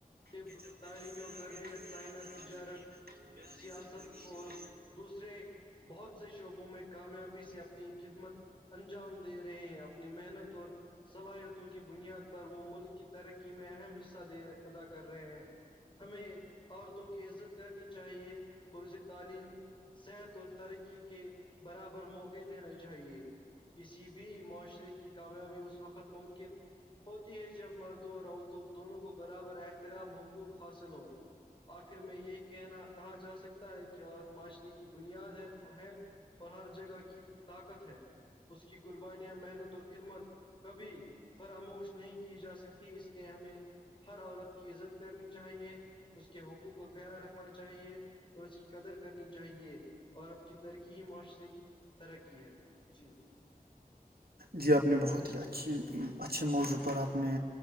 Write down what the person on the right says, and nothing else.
کہ جب
میں ج سے
آگے
بڑھ گیا
تھا
میں پیاری
زندگی
بے
جی آپ نے بہت ہی اچھی اچھے موضوع پر اپپ نے